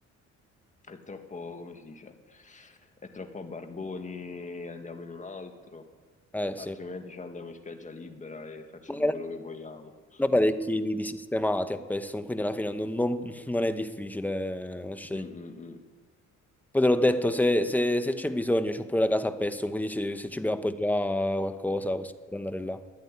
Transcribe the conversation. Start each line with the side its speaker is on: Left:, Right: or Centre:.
Left: è troppo, come si dice, è troppo a barboni, andiamo in un altro,
Centre: Eh
Left: altrimenti
Centre: sì,
Left: ci andiamo in spiaggia libera e facciamo
Centre: Ma in realtà
Left: quello che vogliamo.
Centre: sono parecchi lidi sistemati a Pestum, quindi alla fine non, non- non è difficile eh, scegliere.
Left: Mm, mm, mm.
Centre: Poi te l'ho detto, se, se- se c'è bisogno, c'ho pure la casa a Pestum, quindi ci- se ci dobbiamo appoggiare a qualcosa possiamo pure andare là.